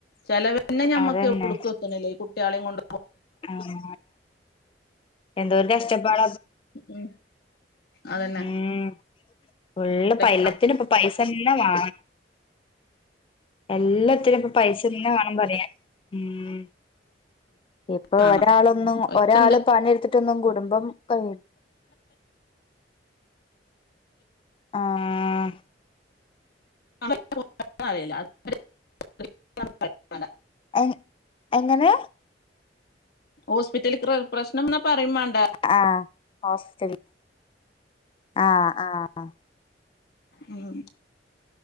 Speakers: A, on the left; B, on the left.
A: ചിലവേന്നെ ഞമ്മക്ക്
B: അതന്നെ
A: എവിടേക്കു എത്തുന്നില്ല ഈ കുട്ടികളെയും കൊണ്ട്
B: ആഹ് എന്തോ ഒരു കഷ്ടപ്പാട
A: ഉം അതന്നെ
B: ഉം ഫുള്ള്
A: പൈസ
B: പ എല്ലത്തിന് ഇപ്പ പൈസന്നെ വാണം എല്ലാത്തിനും ഇപ്പ പൈസന്നെ വേണം ന്ന്‌ പറയാൻ ഉം ഇപ്പൊ
A: വേണം
B: ഒരാളൊന്നും
A: പൈസ
B: ഒരാള് പണിയെടുത്തിട്ടൊന്നും കുടുംബം കഴി ആഹ്
A: <unintelligible> വേണ്ട
B: എ എങ്ങനെ
A: ഹോസ്പിറ്റല പ്രശ്നംന്നാ പറയും വേണ്ട
B: ആഹ് ഹോസ്റ്റൽ ആഹ് ആഹ്
A: ഉം